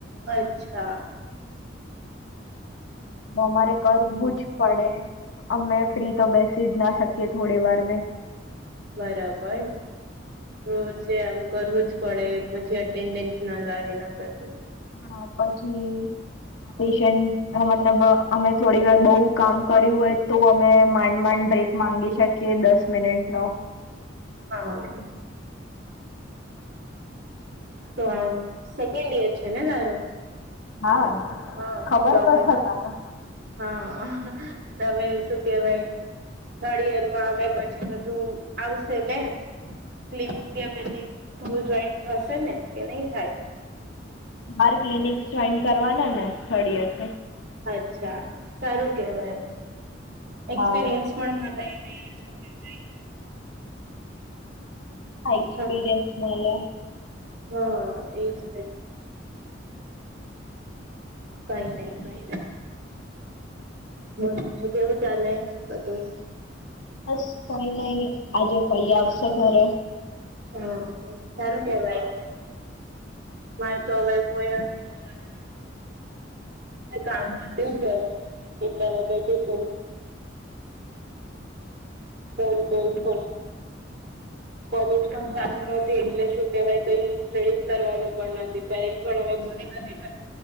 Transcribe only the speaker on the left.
હ અમારે કરવું જ પડે. અમે ફ્રી તો બેસી જ ના શકીએ થોડી વાર બી.
હા પછી, પેશન્ટ મતલબ અ અમે થોડી વાર બઉ કામ કર્યું હોય તો અમે માંડ માંડ બ્રેક માંગી શકીએ. કે દસ મિનિટ નો.
હા
ખબર
તો છે તને
બાર ક્લિનિક જોઈન કરવાના ને થર્ડ યર.
હા
એક્સપિરિયન્સ
મલ.
<inaudible>
બસ કઈ નહી આજે કઈ આવશે ઘરે.
<inaudible>
હ <inaudible>